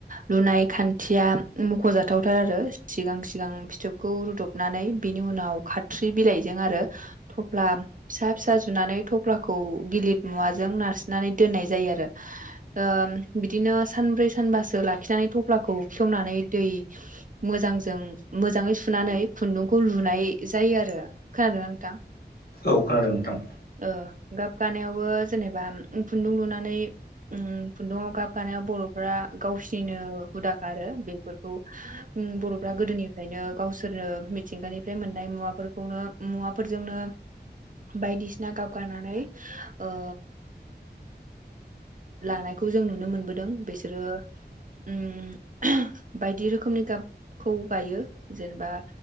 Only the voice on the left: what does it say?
औ खोनादों नोंथां।